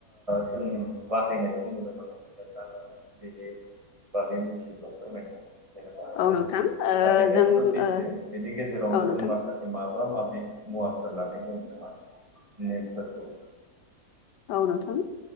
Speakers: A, on the right (about 25°); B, on the left (about 80°).
A: जों ओ बाहायनायखौ नुनो मोनो नोंथाङा बिनि बागै मोनथिगौब्ला फोरमायना जेनेबा
B: औ
A: जों
B: नोंथां ओ
A: फाथैलायखौथ'
B: जों ओ
A: बिसियो बेनि गेजेरावनो
B: औ नोंथां
A: जों माखासे माबा माबि मुवाफोर लानाय जायो नोंहा नेमफोरखौ
B: औ नोंथां